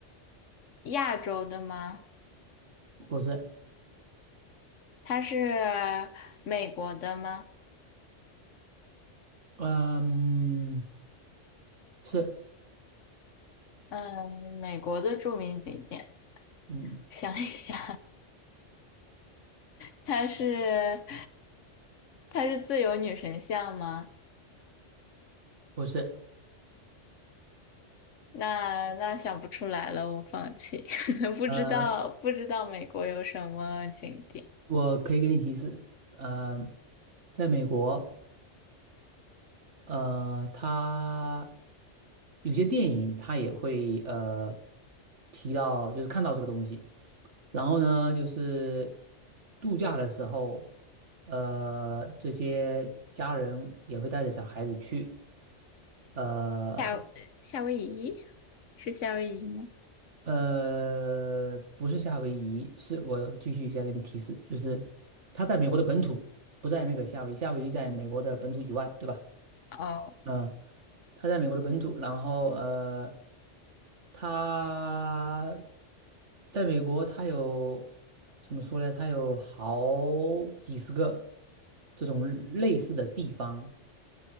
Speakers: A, on the left; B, on the right.
A: 亚洲的吗？
B: 不是，
A: 它是美国的吗？
B: 嗯，是，
A: 嗯，美国的著名景点，
B: 嗯，
A: 想一想，<laughs> 它是它是自由女神像吗？
B: 不是。
A: 那那想不出来了，我放弃，<laughs> 不知道不知道美国有什么景点。
B: 呃，我可以给你提示，呃，在美国，呃，它有些电影它也会呃提到，就是看到这个东西。然后呢，就是度假的时候，呃，这些家人也会带着小孩子去，呃
A: 夏夏威夷是夏威夷吗？
B: 呃，不是夏威夷，是我继续再给你提示，就是它在美国的本土，不在那个夏威夷，夏威夷在美国的本土以外，对吧？
A: 哦，
B: 嗯，他在美国的本土，然后呃，他在美国，他有怎么说呢？他有好几十个这种类似的地方。